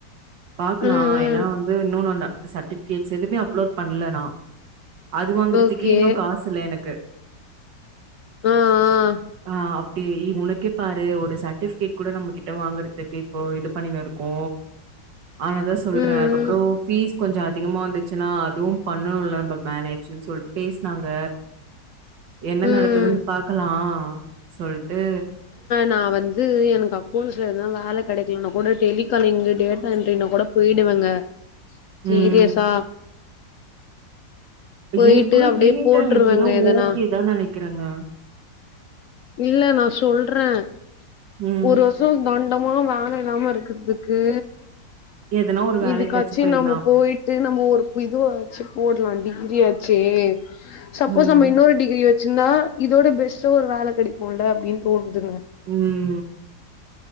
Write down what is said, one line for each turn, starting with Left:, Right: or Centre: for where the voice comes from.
Right: பாக்கலா
Left: ம் ம்
Right: ஏன்னா வந்து இன்னொன் ஒன்ன சர்டிபிகேட்ஸ் எதுமே அப்லோட் பண்ல நா அது வாங்குறதுக்கே
Left: ஓகே
Right: இன்னு காசு இல்ல எனக்கு
Left: ஆ ஆ
Right: ஆ அப்டி உனக்கே பாரு ஒரு சர்டிபிகேட் கூட நம்ம கிட்ட வாங்கறதுக்கு இப்போ இது பண்ணினு இருக்கோ ஆனால தா சொல்றேன்
Left: ம்
Right: அதுக்கப்ரோ
Left: ம்
Right: ஃபீஸ் கொஞ்ச அதிகமா வந்து ச்சுனா அதுவு பண்ணனும் இல்ல நம்ப மேனேஜூன்னு சொல்ட்டு பேசினாங்க என்ன
Left: ம்
Right: நடக்குதுன்னு பாக்கலா சொல்ட்டு
Left: நா வந்து எனக்கு அவ் போலீஸ்ல எதனா வேல கடைக்கலன்னா கூட டெலி காலிங்கு டேட்டா என்டரினு கூட போயிடுவேங்க சீரியஸா
Right: ம்.
Left: போயிட்டு
Right: எனக்கூட
Left: அப்டியே
Right: டேட்டா
Left: போட்ருவேங்க
Right: என்ட்ரினா
Left: எதனா
Right: ஓகே தா நெனைக்கறேங்க
Left: இல்ல நா சொல்றேன்
Right: ம்.
Left: ஒர் ஓர் சு தண்டமா வேல இல்லாம இருக்கறதுக்கு
Right: எதனா ஒரு வேலைக்காச்சும்
Left: இதுக்காச்சி
Right: போயிடலாம்.
Left: நம்ம போயி ட்டு நம்ம ஒரு இது வாச்சி போட்லா டிகிரி ஆச்சே சப்போஸ்
Right: ம்.
Left: நம்ம இன்னொரு டிகிரி வச் வச்சின்தா இதோட பெஸ்ட்டா ஒரு வேல கடிக்குல்ல அப்டின்னு தோணுதுங்க
Right: ம்